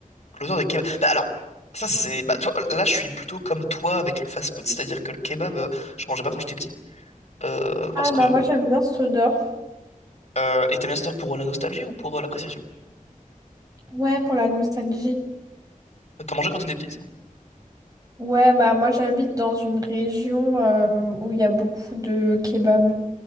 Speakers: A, on the left; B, on the right.
A: L'odeur des kebabs. Bah, alors, ça, c'est. Bah, toi, là, je suis plutôt comme toi avec le fast-food, c'est-à-dire que le kebab, euh, je mangeais pas quand j'étais petit. Euh,
B: Ah,
A: parce que.
B: bah moi, j'aime bien cette odeur.
A: Euh, et t'aimes bien cette odeur pour la nostalgie ou pour euh, l'appréciation?
B: Ouais, pour la nostalgie.
A: T'en mangeais quand t'étais petite?
B: Ouais, bah moi, j'habite dans une région euh, où il y a beaucoup de kebabs.